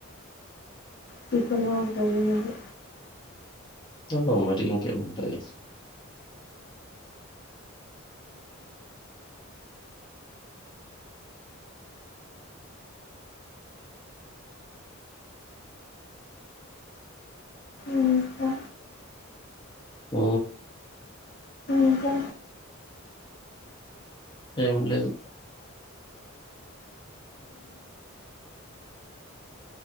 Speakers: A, on the left (about 55°); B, on the left (about 20°).
A: చిక్కనే ఉంటది నువ్వు
B: అహ మరి ఇంకేం ఉంటది
A: ఇంకా
B: ఊ
A: ఇంకా
B: ఏం లేదు